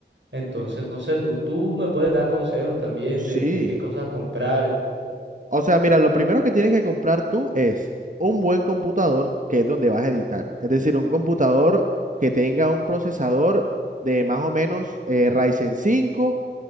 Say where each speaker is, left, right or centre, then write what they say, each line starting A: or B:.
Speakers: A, on the right (about 85°); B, on the right (about 45°).
A: Entonces, no sé, tú, tú me puedes dar consejos también
B: Sí.
A: de, de qué cosas comprar.
B: O sea, mira, lo primero que tienes que comprar tú es un buen computador, que es donde vas a editar. Es decir, un computador que tenga un procesador de más o menos eh, Ryzen 5